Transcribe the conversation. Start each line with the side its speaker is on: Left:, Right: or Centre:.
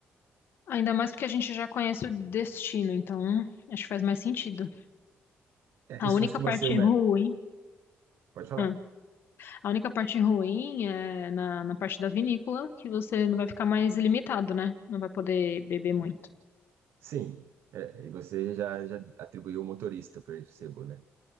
Left: Ainda mais porque a gente já conhece o destino, então acho que faz mais sentido.
Right: É,
Left: A
Right: isso
Left: única
Right: costuma
Left: parte
Right: ser o melhor.
Left: ruim,
Right: Pode falar.
Left: ah, a única parte ruim é na, na parte da vinícola, que você não vai ficar mais limitado, né? Não vai poder beber muito.
Right: Sim. É, e você já, já atribuiu o motorista para esse né?